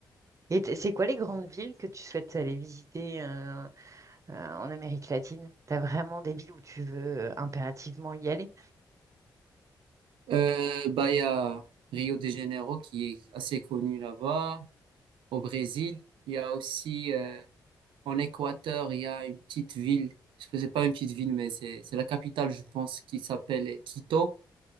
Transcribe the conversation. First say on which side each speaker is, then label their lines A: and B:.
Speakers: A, on the right; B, on the right.
A: Et t- c'est quoi les grandes villes que tu souhaites aller visiter euh, euh, en Amérique latine? T'as vraiment des villes où tu veux euh, impérativement y aller?
B: Euh, bah, il y a Rio de Janeiro qui est assez connu là-bas, au Brésil. Il y a aussi euh, en Équateur, il y a une petite ville, je sais pas une petite ville, mais c'est c'est la capitale, je pense, qui s'appelle Quito.